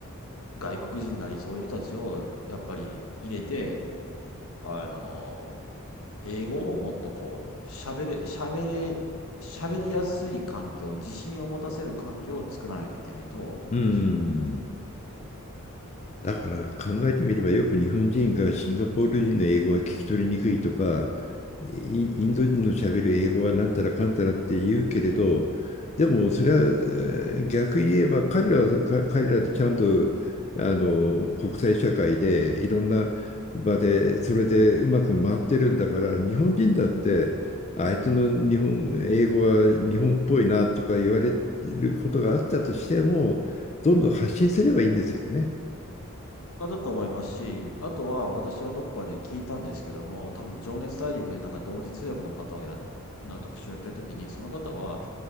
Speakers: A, on the left (about 75°); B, on the left (about 30°).
A: う、外国人なりそういう人たちを、やっぱり入れて、あの、英語をもっとこう、喋れ、喋れ、喋りやすい環境、自信を持たせる環境を作らないといけないとは思います。
B: うんうん。だから考えてみればよく日本人がシンガポール人の英語は聞き取りにくいとか、イインド人の喋る英語はなんたらかんたらって言うけれど、でもそれはえー逆言えば彼らはか彼らでちゃんとあの国際社会でいろんな場でそれでうまく回ってるんだから日本人だって相手の日本英語は日本っぽいなとか言われることがあったとしてもどんどん発信すればいいんですよね。
A: あ、だと思いますし、あとは私はどこかで聞いたんですけども、多分情熱大陸でなんか同時通訳の方をやっ、な特集をやってるときに、その方は、